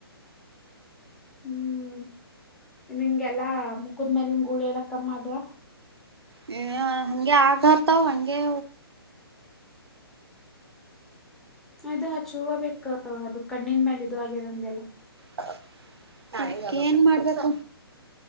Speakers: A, in the centre; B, on the right.
A: ಹ್ಮ್ ನಿಂಗೆಲ್ಲಾ ಮುಕದ್ ಮೇಲಿನ್ ಗುಳಿ ಎಲ್ಲಾ ಕಮ್ಮ್ ಅದ್ವಾ.
B: ಹ ಹಂಗೆ ಆಗತಾವ ಹಂಗೆ.
A: ಅದು ಹಚಹುಬೇಕು ಅದು ಕಣ್ಣಿನ ಮೇಲೆ ಇದು ಆಗ್ಯದಂದ್ಯಲ್ಲ.
B: <unintelligible> ಏನ್ ಮಾಡ್ಬೇಕು.